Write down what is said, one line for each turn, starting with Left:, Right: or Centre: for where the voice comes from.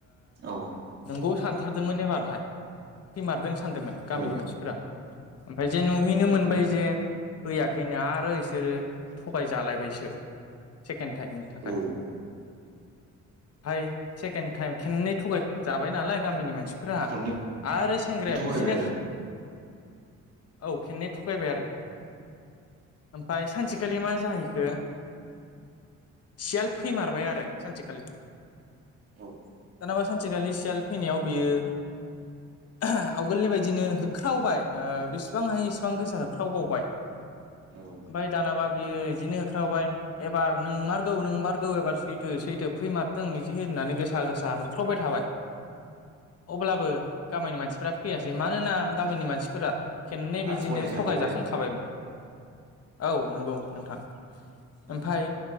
Right: औ
Left: नोंगौ सानथारदोंमोन एबारहाय फैमारदों सानदोंमोन
Right: औ
Left: गामिनि मानसिफोरा ओमफ्राय जे नुहैनो मोनबाय
Right: औ
Left: जे फैयाखैनो आरो बिसोरो थगायजालायबायसो सेकेणड टाइमनि थाखाय
Right: औ
Left: हाय सेकेणड टाइम खेननै थगायजाबाय नालाय गामिनि मानसिफोरा
Right: खननै
Left: आरो सेंग्राया
Right: थगायबाय
Left: बिदिनो
Right: आरो
Left: औ खेननै थगायबाय आरो ओमफाय सानसेखालि मा जाहैखो सियाल फैमारबाय आरो सानसेखालि
Right: औ
Left: दानाबा सानसेखालि सियाल फैनायाव बियो आवगोलनि बायदिनो होख्रावबाय बि बेसेबां हायो इसिबां गोसा होख्रावबावबाय ओमफ्राय
Right: औ
Left: दानाबा बियो बिदिनो होख्रावबाय एबार नों मारगौ नों मारगौ एबार सैथो सैथो फैमारथों बिदि होननानै गोसा गोसा होख्रावबाय थाबाय
Right: <inaudible>
Left: अब्लाबो गामिनि मानसिफोरा फैयासै मानोना गामिनि मानसिफोरा खेननै
Right: आरो
Left: बिदिनो
Right: थगायदों सानबावबाय
Left: थगायजाखां खाबायमोन औ नंगौ नोंथां
Right: उम
Left: ओमफाय